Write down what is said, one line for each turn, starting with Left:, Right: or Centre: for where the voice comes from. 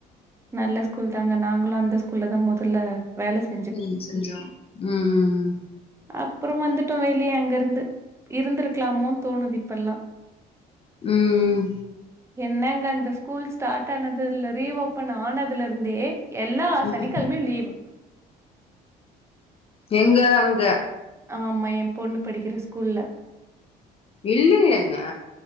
Right: நல்ல ஸ்கூல் தாங்க நாங்களு அந்த ஸ்கூல்ல தா மொதல்ல வேல செ
Left: ம் செஞ்சோ ம் ம் ம்
Right: அப்புறோ வந்துட்டோ வெளிய அங்க இருந்து இருந்திருக்கலாமோனு தோணுது இப்ப எல்லா
Left: ம் ம்
Right: என்னங்க அந்த ஸ்கூல் ஸ்டார்ட் ஆனதுல ரீஓபன் ஆனதுலருந்தே எல்லா சனிக்கிழமையு
Left: ம்
Right: லீவு
Left: எங்க அங்க
Right: ஆமா எ பொண்ணு படிக்கிற ஸ்கூல்ல
Left: இல்லையேங்க